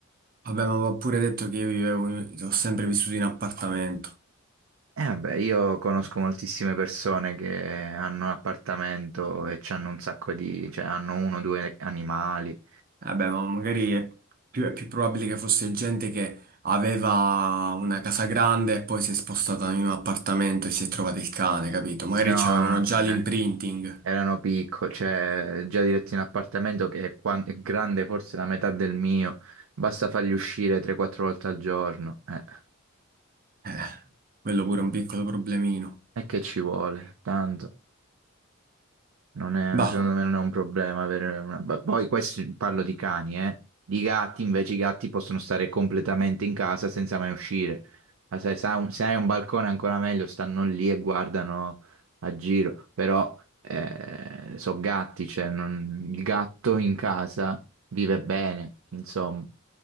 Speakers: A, on the right; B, on the right.
A: abbiamo pure detto che io vivevo, in- ho sempre vissuto in appartamento.
B: E vabbè, io conosco moltissime persone che hanno un appartamento e ci hanno un sacco di, cioè hanno uno o due animali.
A: Vabbè, ma magari è più, è più probabile che fosse gente che aveva una casa grande e poi si è spostata in un appartamento e si è trovata il cane, capito? Magari
B: No,
A: c'avevano
B: no,
A: già l'imprinting.
B: eh, erano piccoli, cioè già diretti in appartamento che è, quan- è grande forse la metà del mio, basta farli uscire 3-4 volte al giorno, eh,
A: Eh, quello pure è un piccolo problemino.
B: e che ci vuole, tanto. Non è-
A: Bah,
B: no, secondo me non è un problema avere una... b- Poi questi, parlo di cani, eh. Di gatti, invece i gatti possono stare completamente in casa senza mai uscire. Ma Se, se hai un se hai un balcone ancora meglio, stanno lì e guardano a giro. Però eh, sono gatti, cioè non- il gatto in casa vive bene, insomma.